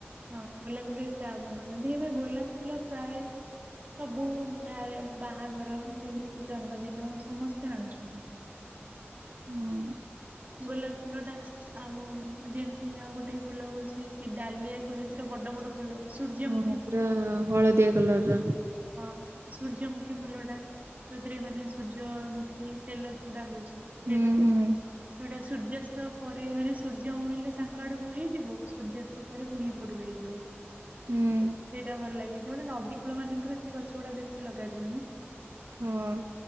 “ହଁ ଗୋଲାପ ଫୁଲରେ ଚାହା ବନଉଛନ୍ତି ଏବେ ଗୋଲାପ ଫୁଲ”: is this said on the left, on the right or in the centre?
Right